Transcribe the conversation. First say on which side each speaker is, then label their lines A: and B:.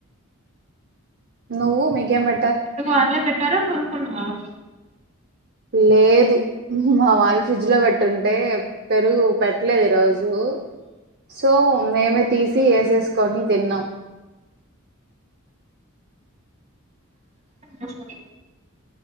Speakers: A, on the right (about 50°); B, on the right (about 35°).
A: నువ్వు నిజమే
B: ఇంతకు వాళ్ళే పెట్టార కొనుకున్నావా
A: లేదు మా వాళ్ళు ఫ్రిడ్జ్ లో పెట్టుంటే పెరుగు పెట్టలేదు ఈ రోజు కు సో నేను తీసి ఏసేసుకోని తిన్నా
B: ఇంగ్లీషు మీడియం